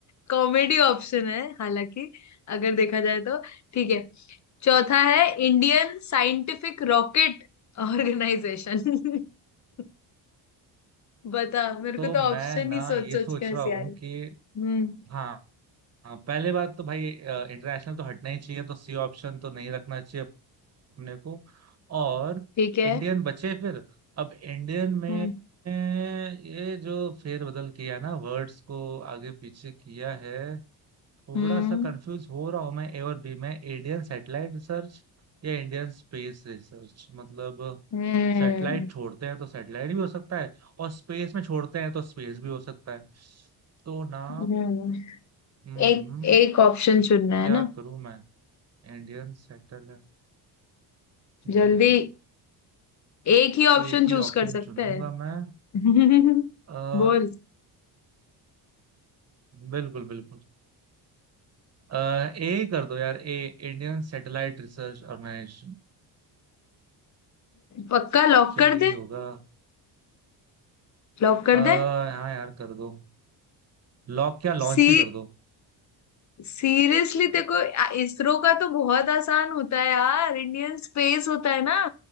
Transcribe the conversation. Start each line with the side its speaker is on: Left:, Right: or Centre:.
Left: कॉमेडी ऑप्शन है हालांकि अगर देखा जाए तो ठीक है चौथा है इंडियन साइंटिफिक रॉकेट ऑर्गेनाइजेशन <laughs> बता मेरे
Right: तो
Left: को तो
Right: मैं
Left: ऑप्शन
Right: ना
Left: ही सोच
Right: ये
Left: सोच
Right: सोच
Left: के हंसी
Right: रहा हूँ
Left: आ रही
Right: कि
Left: हम्म
Right: हाँ हाँ पहले बात तो भाई इंटरनेशनल तो हटना ही चाहिए तो सी ऑप्शन तो नहीं रखना चाहिए अपने को और
Left: ठीक है
Right: इंडियन बचे फिर अब इंडियन में
Left: हम्म
Right: ये जो फेरबदल किया ना वर्ड्स को आगे पीछे किया है थोड़ा
Left: हम्म
Right: सा कंफ्यूज हो रहा हूं मैं ए और बी में इंडियन सैटेलाइट रिसर्च या इंडियन स्पेस रिसर्च मतलब
Left: हम्म
Right: सैटेलाइट छोड़ते हैं तो सैटेलाइट भी हो सकता है और स्पेस में छोड़ते हैं तो स्पेस भी हो सकता है तो ना
Left: हम्म।
Right: हम्म
Left: एक एक ऑप्शन चुनना
Right: क्या
Left: है ना
Right: करूं मैं इंडियन सेटल है हम्म,
Left: जल्दी एक ही ऑप्शन
Right: एक
Left: चूज
Right: ही ऑप्शन
Left: कर सकता
Right: चुन
Left: है
Right: लूंगा मैं
Left: <laughs>
Right: आ,
Left: बोल
Right: बिल्कुल बिल्कुल आ, ए कर दो यार A Indian satellite research organisation
Left: पक्का लॉक
Right: क्या
Left: कर
Right: यही
Left: दे
Right: होगा
Left: लॉक कर
Right: आ,
Left: दे
Right: हाँ यार कर दो लॉक क्या लॉन्च
Left: सी
Right: ही कर दो
Left: सीरियसली देखो इसरो का तो बहुत आसान होता है यार इंडियन स्पेस होता है ना